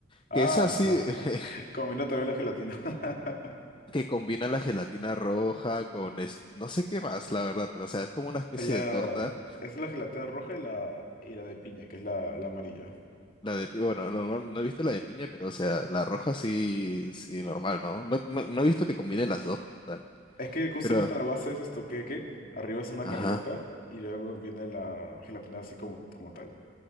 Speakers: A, on the left; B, on the left.
A: Ah,
B: Que es así,
A: va.
B: <laughs>
A: combina también la gelatina. <laughs>
B: que combina la gelatina roja con es- no sé qué más, la verdad, pero o sea, es como una especie
A: Es la,
B: de torta.
A: es la gelatina roja y la, y la de piña, que es la, la amarilla.
B: La de piña, bueno, no, no- no he visto la de piña, pero o sea, la roja sí, sí, normal, ¿no? No, no, no he visto que combine las dos como tal.
A: Es que justamente
B: Pero,
A: la base es esto queque, arriba es una
B: ajá.
A: carlota y luego viene la gelatina así como, como tal.